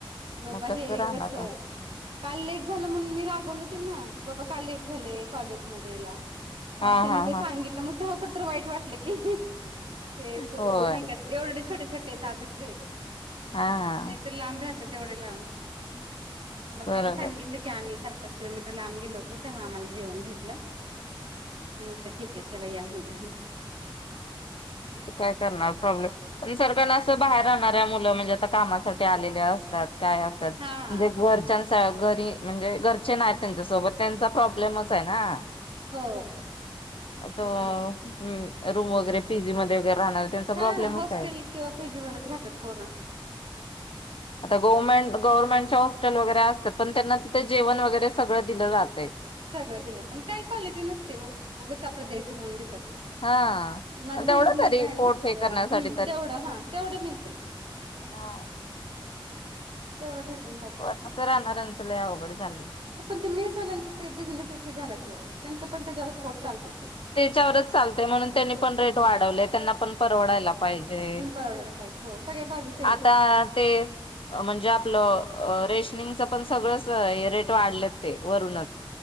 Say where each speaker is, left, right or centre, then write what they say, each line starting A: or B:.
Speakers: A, on the right; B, on the left.
A: कि बाबा
B: मग कसं
A: हे
B: राहणार
A: कसं
B: तो
A: काल लेट झालं म्हणून मी रागवलं त्यांना, की बाबा का लेट झालंय कॉलेजमध्येध्ये याला?
B: हा
A: मग त्यानी
B: हा
A: ते सांगितलं,
B: हा
A: मग तेव्हा कुठं तर वाईट वाटलं की हेच
B: होय
A: नाही का एवढे छोटे छोटे आहेत आधीच
B: हा
A: ते लांब राहत, एवढे लांब मग
B: बरोबर
A: त्यानी सांगितले की आमही चार पाच किलोमीटर लांब गेलो होतो तेव्हा आम्हाला जेवन भेटलं. मग तर ठीक आहे चला या म्हणलं.
B: काय करणार प्रॉब्लेम पण सरकारला असं बाहेर राहणाऱ्या मुलं म्हणजे आता कामासाठी आलेले असतात. काय असतात
A: हा.
B: म्हणजे घरच्यां घरी म्हणजे घरचे नाही त्यांच्यासोबत त्यांचा प्रॉब्लेमच आहे ना
A: हो
B: मग तो
A: तेच
B: हम्म
A: ना
B: रूम वगैरे पीजी मध्ये बी राहणार त्यांचा प्रॉब्लेमच
A: हा हॉस्टेल
B: काय?
A: किंवा पीजी वरच राहतात पोरं.
B: आता गव्हर्नमेंट गव्हर्नमेंटच्या हॉस्टल वगैर असतात पण त्यांना तिथे जेवण वगैरे सगळं दिलं जातय.
A: सगळं दिलं पण काय क्वालिटी नसते व उगंच आपलं द्यायचं म्हणून देतात.
B: हा
A: माझ्या बहिणीचा
B: तेवढं
A: मुलगा
B: तरी
A: आहे
B: पोट
A: ना तर
B: हे करण्यासाठी
A: हम्म तेवढं हा तेवढं मिळते.
B: हा!
A: तेवढं भेटून जाते.
B: असं राहणाऱ्यांचं लय अवघड झालंय
A: पण ते मेसवाल्यांचा ते बिझनेसच झाला की ओ त्यांचा पण त्याच्यावरच पोट चालतय.
B: त्याच्यावरच चालते म्हणून त्यांनी पण रेट वाढवले त्यांना पण परवडायला पाहिजे.
A: परवडाय पाहिजे. हो सगळ्या बाजूस
B: आता ते म्हणजे आपलं रेशनिंगचं पण सगळंच रेट वाढलेत ते वरूनच.